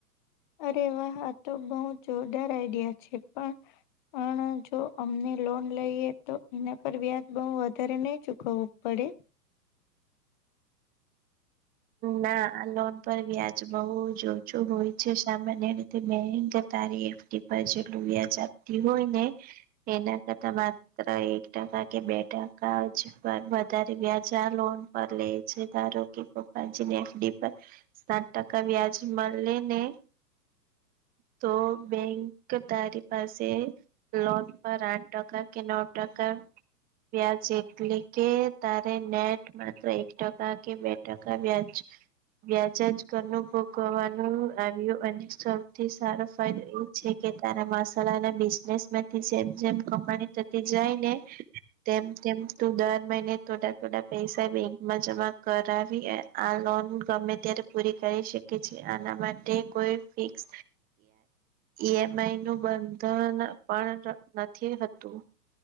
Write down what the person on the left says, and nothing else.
અરે વાહ આ તો બહુ જોરદાર આઈડિયા છે પણ. પણ જો અમને લોન લઈએ તો એના પર વ્યાજ બહુ વધારે નહી ચૂકવવું પડે.